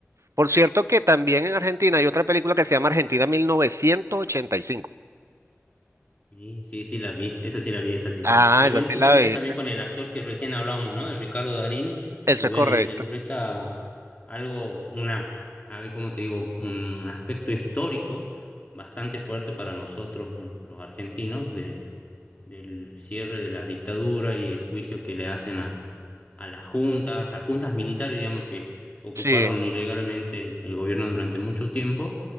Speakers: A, on the right (about 75°); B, on the left (about 30°).
A: Por cierto que también en Argentina hay otra película que se llama Argentina 1985.
B: Sí, sí, sí, la vi, esa sí la vi, esa sí.
A: Ah,
B: Eh,
A: esa
B: bueno,
A: sí
B: justamente
A: la viste.
B: es también con el actor que recién hablábamos, ¿no? El Ricardo Darini,
A: Eso
B: y bueno,
A: es correcto.
B: interpreta algo, una, a ver cómo te digo, un aspecto histórico bastante fuerte para nosotros, eh, los argentinos, de- del cierre de la dictadura y el juicio que le hacen a, a las juntas, a las juntas militares, digamos, que ocuparon
A: Sí,
B: ilegalmente el gobierno durante mucho tiempo